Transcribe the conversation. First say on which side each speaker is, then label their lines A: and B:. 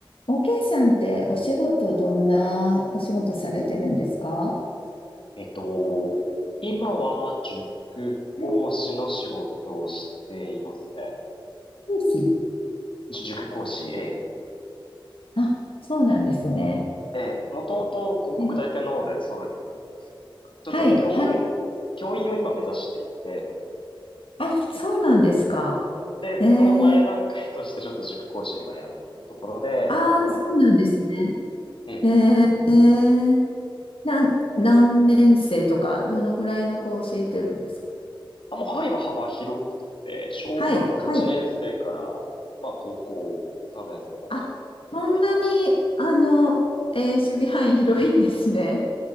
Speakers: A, on the left (about 85°); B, on the left (about 70°).
A: OK さんってお仕事どんなお仕事されてるんですかは
B: えっと、今は塾講師の仕事をしていますね。
A: い、講師。
B: じ塾講師、ええ。
A: あ、そうなんですね。
B: ええ、もともと広告代理店の方で勤めてたんですが、
A: うん
B: ちょっと教員、
A: はい、はい。
B: 教員を今目指していて、
A: あ、そうなんですか。
B: で、
A: えー、
B: その前段階としてちょっと塾講師を今やろうっていうところで、
A: ああ、
B: まあ、
A: そうなんですね。
B: やっている。ええ。
A: えー、えーなん、何年生とか、どのぐらいの子を教えてるんですか
B: あ、もう範囲は幅広くて、小学校1年生から、
A: はい、はい。
B: まあ高校3年生まで幅広く。
A: あ、そんなに、あの、えー守備範囲広いんですね。